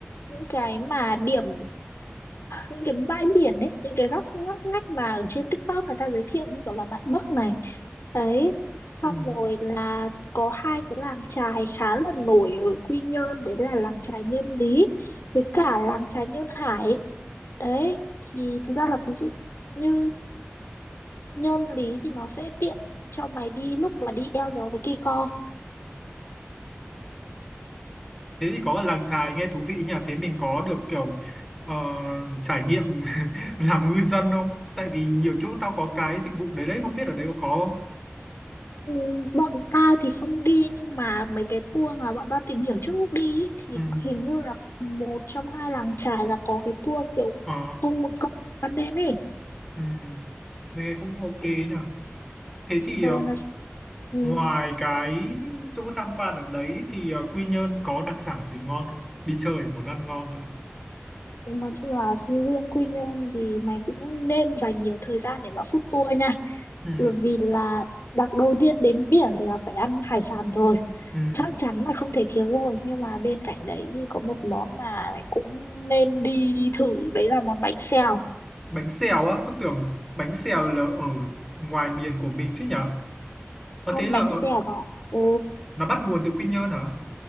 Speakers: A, on the left (about 70°); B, in the centre.
A: những cái mà điểm những cái bãi biển ấy những cái góc ngóc ngách mà ở trên TikTok người ta giới thiệu như kiểu là Bạt Bấc này đấy xong
B: ừ.
A: rồi là có hai cái làng chài khá là nổi ở Quy Nhơn đấy là làng chài Nhân Lý với cả làng chài Nhơn Hải đấy thì thực ra là ví dụ như nhân Lý thì nó sẽ tiện cho mày đi lúc mà đi eo gió với Kỳ co
B: thế thì có làng chài nghe thú vị nhỉ thế mình có được kiểu ờ, trải nghiệm <laughs> làm ngư dân không tại vì nhiều chỗ tao có cái dịch vụ đấy đấy không biết ở đây có có không
A: Ừ, bọn ta thì không đi nhưng mà mấy cái tour mà bọn ta tìm hiểu trước lúc đi ý, thì
B: ừ.
A: hình như là một trong hai làng chài là có cái tour kiểu
B: Ờ,
A: không một cộng ban đêm ấy
B: ừ. nghe cũng ok nhỉ thế thì
A: ờ,
B: ờ,
A: nói, ừ,
B: ngoài cái chỗ tham quan ở đấy thì ờ, Quy Nhơn có đặc sản gì ngon không đi chơi thì muốn ăn ngon thôi
A: nói chung là riêng Quy Nhơn thì mày cũng nên dành nhiều thời gian để mà food tour nha
B: ừ.
A: bởi vì là đặt đầu tiên đến biển thì là phải ăn hải sản rồi
B: Ừ.
A: chắc chắn là không thể thiếu rồi nhưng mà bên cạnh đấy thì có một món mà mày cũng nên đi thử đấy là món bánh xèo
B: bánh xèo á tôi tưởng bánh xèo là ở ngoài miền của mình chứ nhỉ có
A: không
B: thế là
A: bánh
B: ở,
A: xèo bạn ừ
B: nó bắt nguồn từ Quy Nhơn hả